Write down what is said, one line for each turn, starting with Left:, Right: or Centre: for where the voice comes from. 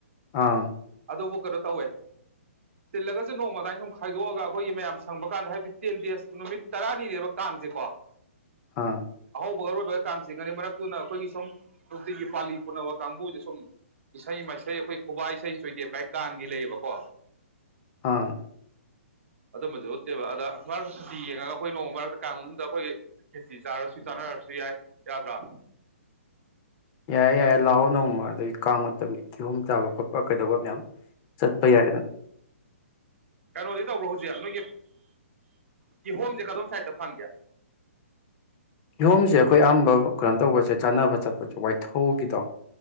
Left: ꯑꯥ
Right: ꯑꯗꯨꯕꯨ ꯀꯩꯅꯣ ꯇꯧꯋꯦ ꯆꯤꯜꯂꯒꯁꯨ ꯅꯣꯡꯃꯗꯥꯥꯏ ꯁꯨꯝ ꯈꯥꯏꯗꯣꯛꯑꯒ ꯑꯩꯈꯣꯏꯒꯤ ꯃꯌꯥꯝ ꯁꯪꯕ ꯀꯥꯟꯗ ꯍꯥꯏꯕꯗꯤ ꯇꯦꯟ ꯗꯦꯖ ꯅꯨꯃꯤꯠ ꯇꯔꯥꯅꯤꯅꯦꯕ ꯀꯥꯡꯁꯦꯀꯣ
Left: ꯑꯥ
Right: ꯑꯍꯧꯕꯒ ꯑꯔꯣꯏꯕꯒ ꯀꯥꯡ ꯆꯤꯡꯒꯅꯤ ꯃꯔꯛꯇꯨꯅ ꯑꯩꯈꯣꯏꯒꯤ ꯁꯨꯝ ꯅꯨꯡꯇꯤꯒꯤ ꯄꯥꯜꯂꯤ ꯄꯨꯅꯕ ꯀꯥꯡꯕꯨꯁ ꯁꯨꯝ ꯏꯁꯩ ꯃꯁ ꯑꯩꯈꯣꯏ ꯈꯨꯕ ꯏꯁꯩ ꯆꯣꯏꯗꯦꯛꯀꯥꯏ ꯀꯥꯡꯒꯤ ꯂꯩꯌꯦꯕꯀꯣ
Left: ꯑꯥ
Right: ꯑꯗꯨꯝꯕꯁꯨ ꯎꯠꯇꯦꯕ ꯑꯗ ꯃꯔꯛꯇ ꯁꯨꯇꯤ ꯌꯦꯡꯉꯒ ꯑꯩꯈꯣꯏ ꯅꯣꯡꯃ ꯃꯔꯛꯇ ꯀꯥꯡ ꯃꯅꯨꯡꯗ ꯑꯩꯈꯣꯏ ꯈꯦꯇꯤ ꯆꯥꯔꯁꯨ ꯆꯥꯅꯔꯁꯨ ꯌꯥꯏ ꯌꯥꯗ꯭ꯔꯥ
Left: ꯌꯥꯏꯦ ꯌꯥꯏꯔꯦ ꯂꯥꯛꯑꯣ ꯅꯣꯡꯃ ꯑꯗꯒꯤ ꯀꯥꯡ ꯃꯇꯝꯒꯤ ꯀꯤꯍꯣꯝ ꯆꯥꯕ ꯈꯣꯠꯄ ꯀꯩꯗꯧꯕ ꯃꯌꯥꯝ ꯆꯠꯄ ꯌꯥꯏꯗꯅ
Right: ꯀꯩꯅꯣꯗꯤ ꯇꯧꯕ꯭ꯔꯣ ꯍꯧꯖꯤꯛ ꯅꯣꯏꯒꯤ ꯀꯤ ꯍꯣꯝꯁꯦ ꯀꯗꯣꯝ ꯁꯥꯏꯠꯇ ꯐꯪꯒꯦ
Left: ꯃꯣꯐꯝꯁꯦ ꯑꯩꯈꯣꯏ ꯑꯌꯥꯝꯝꯕ ꯀꯩꯅꯣ ꯇꯧꯕꯁꯦ ꯆꯥꯅꯕ ꯆꯠꯄꯁꯦ ꯋꯥꯏꯊꯧꯒꯤꯗꯣ